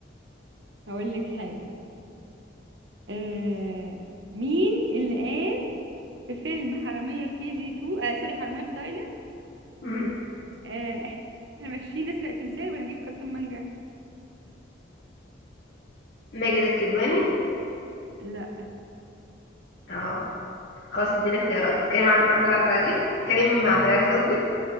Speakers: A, on the right; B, on the left.
A: هقول لك حاجة آه مين اللي قال في فيلم حرامية في كي جي 2 آه سوري حرامية في تايلاند
B: مم.
A: آه احنا ماشيين نسرق تمثال ونجيب كرتون مانجا
B: ماجد الكدواني
A: لا
B: اه خلاص اديني اختيارات كريم عبد... محمود عبد العزيز كريم عبد العزيز قصدي